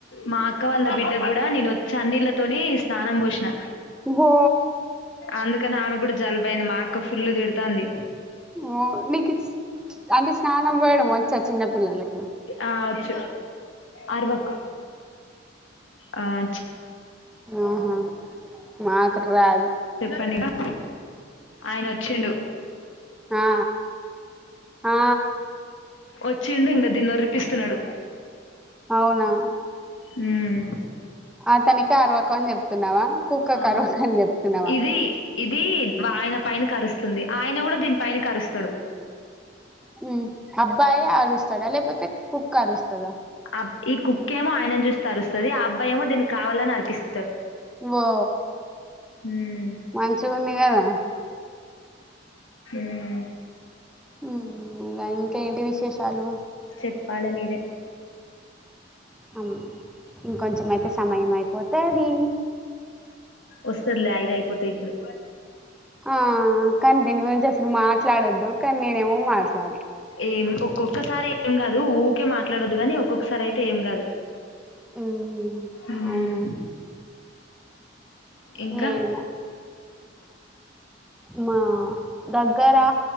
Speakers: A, on the left; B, in the centre.
A: మా అక్క వాళ్ళ బిడ్డ కూడా నేను చన్నీళ్ళతోని స్నానం పోసిన
B: వో
A: అందుకని ఆమె కూడ జలుబు అయింది మా అక్క ఫుల్ తిడుతంది
B: ఓ నీకు అంటే స్నానం పోయడం వచ్చా చిన్నపిల్లలకి
A: ఆ చ్ అర్వక్ ఆ చ్
B: ఆహా మాకు రాద్
A: చెప్పండి ఇంకా ఆయన వచ్చిండు
B: ఆ ఆ
A: వచ్చిండు ఇంకా దీన్నొరిపిస్తున్నాడు
B: అవునా
A: హ్మ్
B: అతనికి అరవకు అని చెప్తున్నావా కుక్కకు
A: ఆ
B: అరవకు అని చెప్తున్నావా
A: ఇది ఇది ఆయన పైనకి అరుస్తుంది రుస్తుంది ఆయన కూడా దీనిపైన అరుస్తడు
B: హ్మ్ అబ్బాయి అరుస్ స్తాడలే <unintelligible> పోతే కుక్క అరుస్తదా
A: అబ్ ఇ కుక్కేమో ఆయనన్జుస్తే అరుస్తది ఆ అబ్బాయేమో దీనికి కావాలని అర్పిస్
B: ఓ
A: హ్మ్
B: మంచిగుంది గదా
A: మ్మ్
B: హు ఇగ ఇంక్ ఇంకేటి విశేషాలు
A: చెప్పాలె మీరే
B: అం ఇంకొంచెం అయితే సమయం అయిపోతదీ
A: వస్తద్లే ఐదు అయిపోతే ఇప్పుడు
B: <unintelligible> మాట్లాడొద్దు కాని నేనేమో మాట్లాడతా
A: ఏం ఒక్కొక్కసారి ఏం గాదు ఊకే మాట్లాడొద్దుగాని ఒక్కొక్కసారి అయితే ఏం కాదు
B: ఉమ్
A: ఉమ్
B: అవునా
A: ఇంక
B: ఏమో మా దగ్గరా